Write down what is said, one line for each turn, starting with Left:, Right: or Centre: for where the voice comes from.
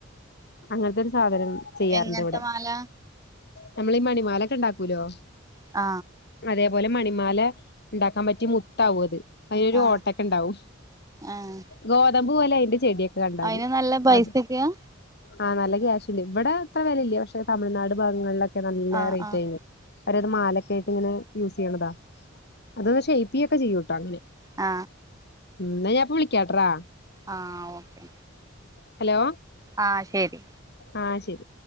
Left: അങ്ങനത്തെ ഒരു സാധനം ചെയ്യാറുണ്ട്
Right: എങ്ങനത്തെ
Left: ഇവിടെ.
Right: മാല
Left: നമ്മൾ ഈ മണിമാലയൊക്കെ ഉണ്ടാക്കൂലോ
Right: ആ
Left: അതേപോലെ മണിമാല ഉണ്ടാക്കാൻ പറ്റിയ മുത്താവും അത് അതിനൊരു
Right: ആഹ്
Left: ഓട്ടക്കെ ഉണ്ടാവും
Right: ആഹ്
Left: ഗോതമ്പ് പോലെയാ അയിന്റെ ചെടിയൊക്കെ കണ്ടാല്
Right: അയിന് നല്ല പൈസൊക്കെയാ
Left: അത് ആ നല്ലക്യാഷ് ഉണ്ട് ഇവിടെ ഇത്ര വിലയില്ല പക്ഷെ തമിഴ്നാട് ഭാഗങ്ങളിലൊക്കെ നല്ല
Right: ആഹ്
Left: റേറ്റായിന്.
Right: ആഹ്
Left: അവരത് മാലക്ക ആയിട്ട് ഇങ്ങനെ യൂസ് ചെയ്യണതാ. അതൊന്ന് ഷേപ്പ് ചെയ്യൊക്കെ ചെയ്യൂട്ടോ അങ്ങനെ
Right: ആ
Left: ഉം. എന്നാ ഞാൻ ഇപ്പം വിളിക്കാട്രാ
Right: ആ ഓക്കെ
Left: ഹലോ
Right: ആ ശരി
Left: ആ ശരി